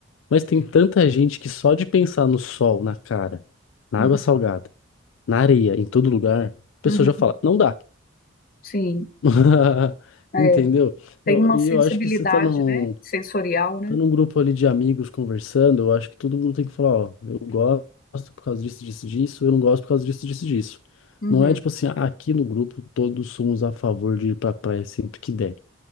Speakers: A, on the left (about 70°); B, on the left (about 45°).
A: Mas tem tanta gente que só de pensar no sol, na cara, na
B: uhum,
A: água salgada na areia, em todo lugar, a pessoa
B: uhum.
A: já fala, não dá.
B: Sim,
A: <laughs>
B: é,
A: Entendeu?
B: tem
A: Eu-
B: uma
A: E
B: sensibilidade,
A: eu, acho que você tá num,
B: né? Sensorial, né?
A: tá num grupo ali de amigos conversando, eu acho que todo mundo tem que falar, ó, eu gosto por causa disso, disso, disso, eu não gosto por causa disso, disso, disso.
B: Uhum,
A: Não é tipo assim, "Ah, aqui no grupo todos somos a favor de ir pra praia sempre que der,